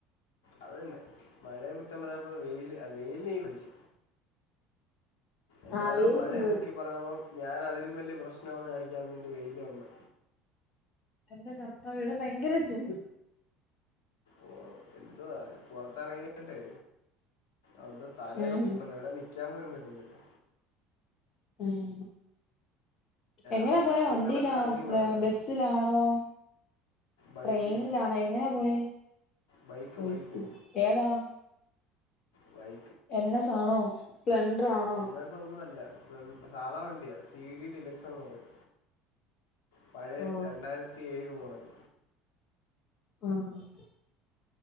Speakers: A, on the left; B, on the left.
A: അതന്നെ മഴയെ കുറ്റം പറയാൻ പോയ വെയില് വെയിലിന് ഈഗോ അടിച്ച് എല്ലാരുടെയും
B: ആവിയിൽ
A: മഴയെ
B: നീ വേടിച്ചു
A: പൊക്കി പറഞ്ഞപ്പം ഞാൻ അതിലും വലിയ പ്രശ്നമാണ്ന്ന് കാണിക്കാൻ വേണ്ടി വെയില് വന്ന്
B: എന്റെ കർത്താവേ ഇവിടെ ഭയങ്കര ചൂട്
A: ഓ എന്തവാ പുറത്ത് എറങ്ങിയട്ടെ അ തല
B: ഉം
A: ഒക്കെ പൊളളുന്ന് എവിടെയും നിൽക്കാൻ പോലും പറ്റുന്നില്ല
B: ഉം എങ്ങനാ
A: ആ
B: പോയ
A: മഴയും
B: വണ്ടിയിലാന്നാ
A: കണക്കാ വെയിലും കണക്കാ
B: ബസ്സിലാണോ
A: ബൈക്കില്
B: ട്രെയിനിലാണോ എങ്ങനാ പോയെ
A: ബൈക്ക്
B: ബൈക്കിൽ
A: ബൈക്ക്
B: ഏതാ
A: ബൈ
B: എൻ എസ് ആണോ സ്പ്ലെണ്ടറാണോ.
A: എൻ എസ് ഒന്നും അല്ല സ്പേ സാധാ വണ്ടിയ സി ഡി ഡിലെക്സന്ന് പറയും പഴയ
B: ഓ
A: രണ്ടായിരത്തി ഏഴ് മോടല്
B: ആഹ്